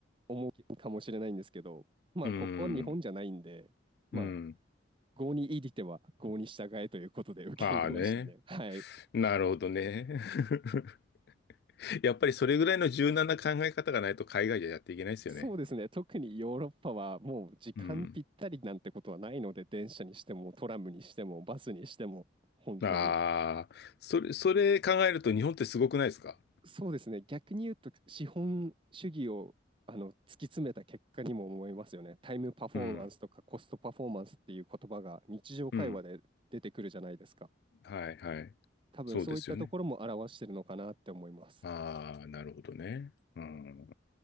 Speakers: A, on the right; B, on the left.
A: 思うかもしれないんですけど、まあここは日本じゃないんで、
B: うん。
A: まあ
B: うん。
A: 郷に入りては郷に従えということで受け入れましたね。
B: ああね。
A: はい。
B: なるほどね。<laughs> やっぱりそれぐらいの柔軟な考え方がないと海外じゃやっていけないですよね。
A: そうですね。特にヨーロッパはもう時間ぴったりなんてことはないので、
B: うん。
A: 電車にしてもトラムにしてもバスにしても本当に。
B: ああ、それ、それ考えると日本ってすごくないですか
A: そうですね。逆に言うと資本主義をあの突き詰めた結果にも思いますよね。タイムパフォーマンスとかコストパフォーマンスっていう言葉が日常会話で出てくるじゃないですか。
B: うん。うん。はい、はい。
A: 多分そういったところも表してるのかなって思います。
B: そうですよね。ああ、なるほどね。うん。